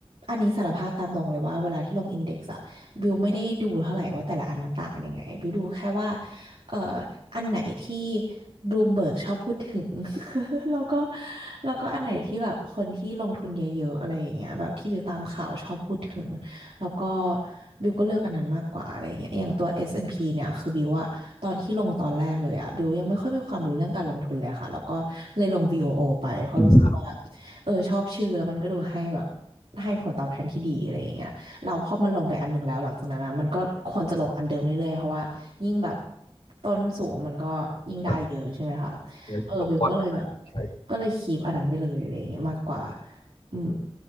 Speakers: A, on the right; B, on the left.
A: อันนี้สารภาพตามตรงเลยว่าเวลาที่ลงอินเด็กซ์อะบิวไม่ได้ดูเท่าไหร่ว่าแต่ละอันมันต่างกันยังไงบิวดูแค่ว่าเอ่ออันไหนที่บลูมเบิร์กชอบพูดถึง <laughs> แล้วก็แล้วก็อันไหนที่แบบคนที่ลงทุนเยอะๆอะไรอย่างเงี้ยแบบที่บิวตามข่าวชอบพูดถึง แล้วก็บิวก็เลือกอันนั้นมากกว่าอะไรอย่างเงี้ยอย่างตัว S&P เนี่ยคือบิวอะตอนที่ลงตอนแรกเลยอะบิวยังไม่ค่อยมีความรู้เรื่องการลงทุนเลยค่ะแล้วก็เลยลง VOO ไปเพราะรู้สึกว่า
B: อืมครับ
A: เออชอบชื่อแล้วมันก็ดูให้แบบให้ผลตอบแทนที่ดีอะไรอย่างเงี้ยเราพอมันลงไปอันหนึ่งแล้วหลังจากนั้นอะมันก็ควรจะลงอันเดิมเรื่อยๆเพราะว่ายิ่งแบบต้นสูงมันก็ยิ่งได้เยอะใช่ไหมคะ
B: อ่ะงั้นตกต้นเข้าไปใช่
A: เออบิวก็เลยแบบก็เลยคีปอันนั้นไปเลยอะไรอย่างเงี้ยมากกว่า อืม